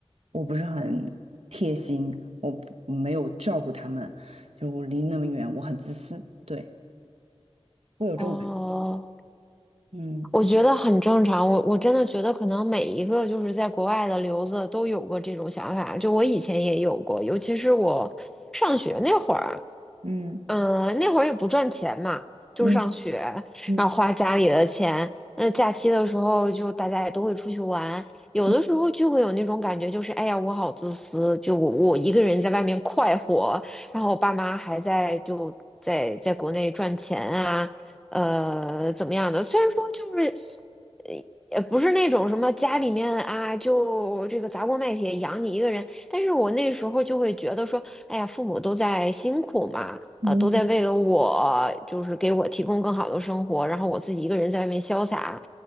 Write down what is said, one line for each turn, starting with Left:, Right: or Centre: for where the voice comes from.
Right: 我不是很贴心，我不没有照顾他们，就我离那么远，我很自私，对，会有这种感觉，
Centre: 哦，
Right: 嗯。
Centre: 我觉得很正常。我我真的觉得可能每一个就是在国外的留子都有过这种想法，就我以前也有过，尤其是我上学那会儿，
Right: 嗯，
Centre: 嗯，那会儿也不赚钱嘛，就是上学，
Right: 嗯嗯
Centre: 然后花家里的钱。那假期的时候，就大家也都会出去玩，有的时候就会有那种感觉，
Right: 嗯
Centre: 就是哎呀，我好自私，就我我一个人在外面快活，然后我爸妈还在就在在国内赚钱啊，呃，怎么样的？虽然说就是，呃，也不是那种什么家里面啊，就这个砸锅卖铁养你一个人，但是我那时候就会觉得说，哎呀，父母都在辛苦嘛。
Right: 嗯
Centre: 呃，都在为了我，就是给我提供更好的生活，然后我自己一个人在外面潇洒，